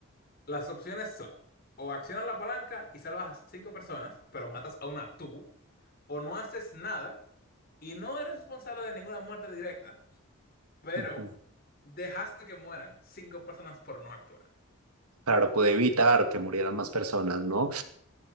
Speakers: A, on the left; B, on the right.
A: las opciones son o accionas la palanca y salvas a cinco personas, pero matas a una tú, o no haces nada y no eres responsable de ninguna muerte directa, pero
B: ujú.
A: dejaste que mueran cinco personas por no actuar.
B: Claro, pude evitar que murieran más personas, ¿no?